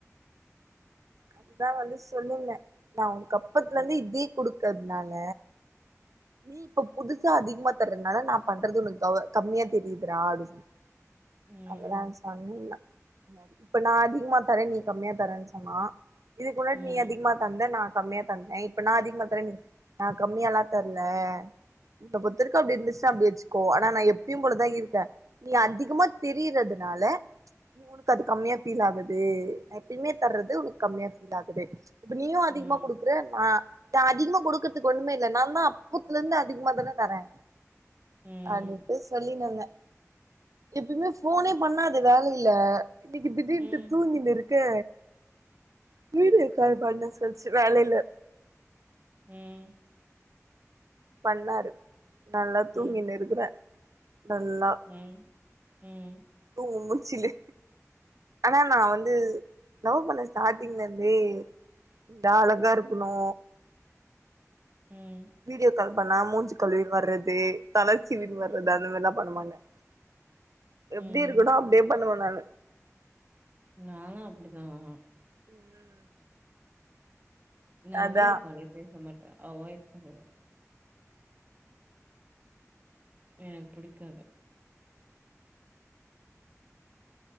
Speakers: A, on the right (about 80°); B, on the right (about 30°).
A: அதுதா வந்து சொல்லிருந்தே நா உனக் அப்பத்துல
B: ம்,
A: இந்து இதே குடுக்கதுனால நீ இப்ப புதுசா அதிகமா தர்றதுனால நா பண்றது ஒனக்கு க கம்மியா தெரியுது ரா அப்டி சொன்னே
B: ம்,
A: அப்டிதா சொல்லிருந்தா இது மாரி இப்ப நா அதிகமா தரே நீ கம்மியா தரேன் சொன்னா இதுக்கு முன்னாடி
B: ம்,
A: நீ அதிகமா தந்த நா கம்மியா தந்த இப்ப நா அதிகமா தரே நீ நா கம்மியாலா தர்ல இப்ப பொறுத்த வரைக்கு அப்டி இருந்துச்சு அப்டி வச்சுக்கோ ஆனா நா எப்பயும் போலதா இருக்கே நீ அதிகமா தெரியறதுனால நீ உனக்கு அது கம்மியா ஃபீல் ஆகுது நா எப்பயுமே தர்றது உனக்கு கம்மியா ஃபீல் ஆகுது இப்ப நீயு
B: ம்,
A: அதிகமா குடுக்குற நா இங்க அதிகமா குடுக்குறதுக்கு ஒன்னுமே இல்ல நால் லா அப்பத்துல இந்து அதிகமா தான தரே
B: ம்,
A: அப்டினுட்டு சொல்லினுருந்தே எப்பயுமே ஃபோனே பண்ணாது வேலல இன்னிக்கு திடீன்ட்டு
B: ம்,
A: தூங்கினு இரு க்கு வீடியோ கால் பண்ண சொல்ச்சு வேலைல
B: ம்
A: பண்ணாரு நல்லா
B: ம்,
A: தூங்கின்னு இருக்கற நல்லா
B: ம் ம்
A: தூங்கு மூஞ்சில ஆனா நா வந்து லவ் பண்ண ஸ்டாட்டிங்ல இந்தே நா அழகா இருக்கணு
B: ம்
A: வீடியோ கால் பண்ணா மூஞ்சு கழுவின்னு வர்றது தல சீவின்னு
B: ம்,
A: வர்றது அந்த மாரியெல்லா பண்ண மாட்ட எப்டி
B: ம்.
A: இருக்கணோ அப்டியே பண்ணுவேன் நானு
B: நானு அப்டிதான்
A: ம்
B: நா
A: அதா
B: வீடியோ காலே பேச மாட்டன் அவாய் பண்ணுவன் எனக்கு புடிக்காது